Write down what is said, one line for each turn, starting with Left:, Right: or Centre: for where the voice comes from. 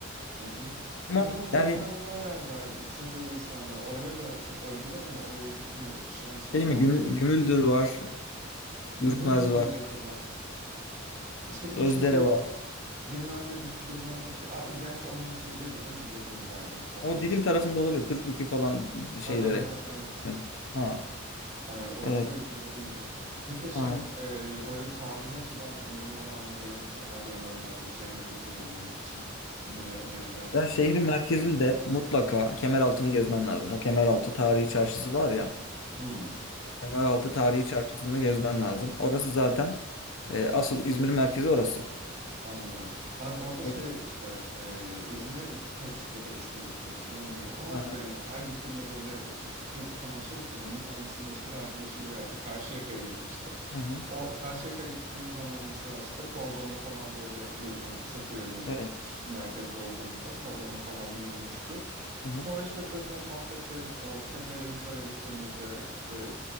Right: Hı hı.
Left: Ama
Right: Bir de orada
Left: yani
Right: bir tane daha yer var Seferihisar'da. Oraya da çok övdüler ama oraya gitme şansımız
Left: Değil
Right: olmadı.
Left: mi? Gümü- Gümüldür var.
Right: Gümüldür
Left: Ürkmez
Right: müydü
Left: var.
Right: acaba? İşte bir de
Left: Özdere
Right: şey bu
Left: var.
Right: bilmem ne bükü bilmem ne bükü. Aa, gerçi onlar şeydeydi değil mi? Bodrum'daydı. Bak
Left: O
Right: karıştırdı.
Left: Didim tarafında olabilir. Türkmükü falan şeyleri.
Right: <laughs> Evet.
Left: Hı. Ha,
Right: Ay, orası
Left: evet.
Right: İzmir'de değildi. Peki şey
Left: Ha.
Right: e, böyle tarihi açıdan önemi olan burayı mutlaka görmen lazım şehrin kültürünü anlamak için diye önereceğin nereler
Left: Ya şehrin
Right: var?
Left: merkezinde mutlaka Kemeraltı'nı gezmen lazım. O Kemeraltı Tarihi Çarşısı var ya.
Right: Hmm.
Left: Kemeraltı Tarihi Çarşısı'nı gezmen lazım. Orası zaten e, asıl İzmir'in merkezi orası.
Right: Anladım. Ben orada şey
Left: O-
Right: işte e, İzmir'e iki kez ya da üç kez gittim hatırlamıyorum ama
Left: Hı hı.
Right: yani her gittiğimde böyle ta- turistik amaçlı gitmedim. Bir tanesinde işte bir arkadaşı ziyarete Karşıyaka'ya gitmiştim.
Left: Hı hı.
Right: O Karşıyaka'ya gittiğim zaman mesela işte Kordon'da falan böyle bir hani kısa süreliğine
Left: Evet.
Right: ş- merkezde olduğumuzda Kordon'da falan bir yürümüştük.
Left: Hı hı.
Right: Sonra işte bir de bu bahsettiğim o Seferihisar'a gittiğimizde işte